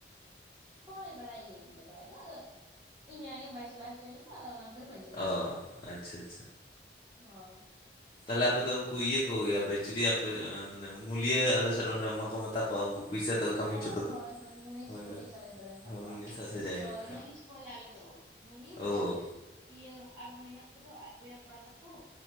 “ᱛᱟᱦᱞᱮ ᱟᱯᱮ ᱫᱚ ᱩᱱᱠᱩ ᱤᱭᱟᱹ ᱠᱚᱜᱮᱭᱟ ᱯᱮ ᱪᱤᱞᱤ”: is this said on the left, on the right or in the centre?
Left